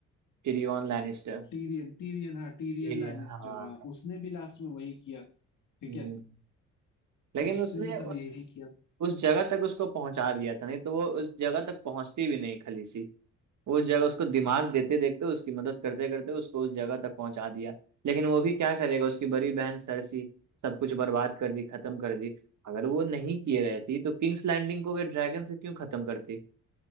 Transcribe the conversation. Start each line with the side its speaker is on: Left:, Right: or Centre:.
Right: Tyrion Lannister
Left: टीरियन टीरियन हाँ टीरियन
Right: टिरियन
Left: लैनिस्टर
Right: हाँ
Left: हाँ उसने भी लास्ट में वही किया
Right: हम्म।
Left: ठीक है
Right: लेकिन
Left: उसने
Right: उसने
Left: भी सब
Right: उस
Left: यही किया
Right: उस जगह तक उसको पहुंचा दिया था नहीं तो वो उस जगह तक पहुंचती भी नहीं खलीसी उस जगह उसको दिमाग देते देखते उसकी मदद करते करते उसको उस जगह तक पहुंचा दिया लेकिन वो भी क्या करेगा उसकी बड़ी बहन सरसी सब कुछ बर्बाद कर दी खत्म कर दी अगर वो नहीं किए रहती तो किंग्स लैंडिंग को वे ड्रैगन से क्यों खत्म करती